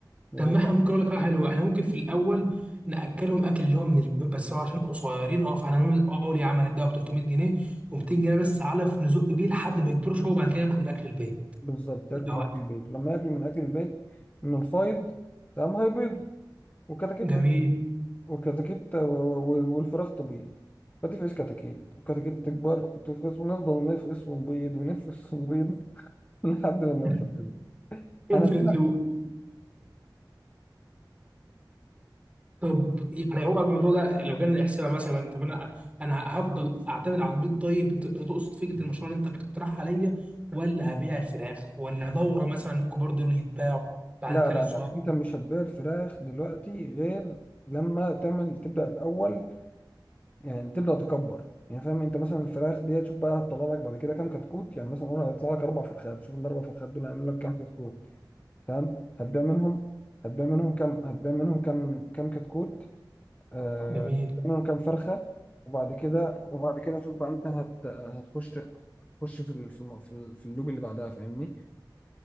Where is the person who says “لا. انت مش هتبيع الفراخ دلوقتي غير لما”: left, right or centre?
Left